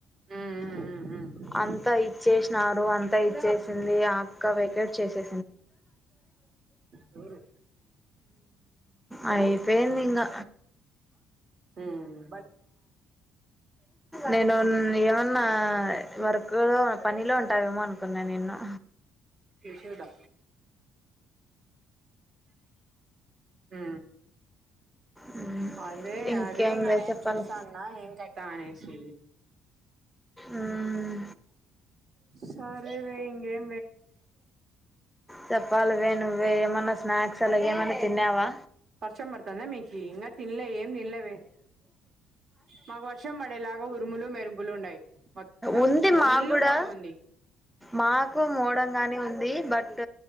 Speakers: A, on the right; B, in the centre.
A: ఉమ్ ఉమ్ ఉమ్
B: అంతా ఇచ్చేసినారు అంత ఇచ్చేసింది అక్క వే రేట్ చేసే
A: ఎవరు
B: అయ్ పేందింగా
A: ఉమ్
B: నేను ఏమన్నా వర్కు లో పనిలో ఉంట అంటావేమో అనుకున్న నిన్ను
A: విషూడా ఊ
B: మ్మ్.
A: అదే
B: ఇంకేం
A: అదే ఇంక
B: వే
A: నేను
B: చెప్పాలి
A: చూసా అన్న ఏం కథా అనేసి
B: మ్మ్.
A: సరేలే ఇంకేం
B: చెప్పాలివే నువ్వే మన స్నాక్స్ అలాగ ఏమైన్నా తిన్నావా
A: వర్షం పడుతుందా మీకి ఇంగా తిన్లే ఏం తిన్లేవే మాకు వర్షం పడేలాగా ఉరుములు మెరుపులు ఉండయి మొత్తం
B: ఉంది
A: ఫుల్
B: మాకు కూడా
A: మోడం ఉంది
B: మాకు మూడంగాని ఉంది బట్